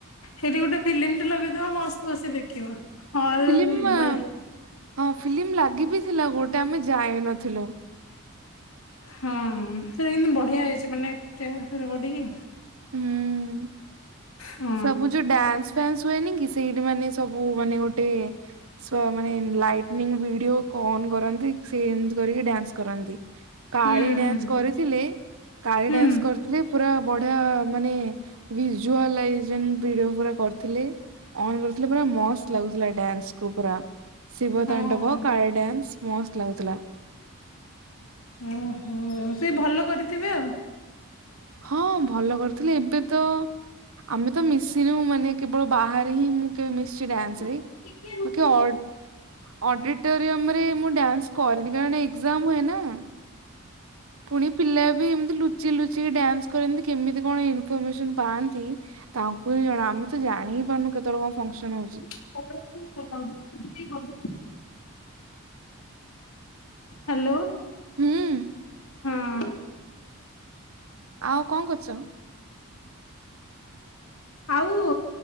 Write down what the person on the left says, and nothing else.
ସେଇଠି ଗୋଟେ ଫିଲ୍ମଟି ଲଗେଇଦବ ମସ୍ତ ବସିକି ଦେଖିବ। ହଲ
ଭଳି
ହଁ ସେଟା କିନ୍ତୁ ବଢିଆ ହେଇଛି ମାନେ ଚେୟାର ଫେୟାର ପଡ଼ିକି।
ହଁ
ହୁଁ
ହୁଁ
ହଁ।
ଉଁ ହୁଁ ସେ ଭଲ କରିଥିବେ ଆଉ?
ହଁ।
<unintelligible> ହାଲୋ।
ହୁଁ।
ଆଉ